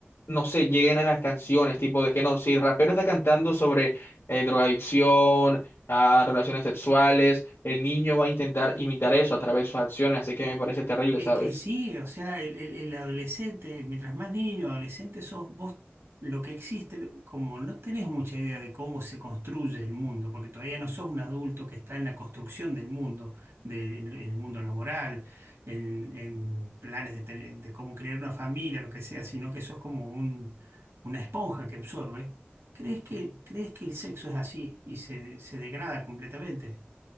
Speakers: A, on the left; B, on the right.
A: no sé, lleguen a las canciones, tipo de que no, si el rapero está cantando sobre eh, drogadicción, a relaciones sexuales, el niño va a intentar imitar eso a través de sus acciones, así que me parece terrible,
B: Es
A: ¿sabes?
B: que sí, o sea, el, el- el adolescente, mientras más niño, adolescente sos vos, lo que existe, lo- como no tenés mucha idea de cómo se construye el mundo, porque todavía no sos un adulto que está en la construcción del mundo, del el mundo laboral, en, en planes de, tener- de cómo crear una familia, lo que sea, sino que sos como un, una esponja que absorbe, crees que, crees que el sexo es así y se, se degrada completamente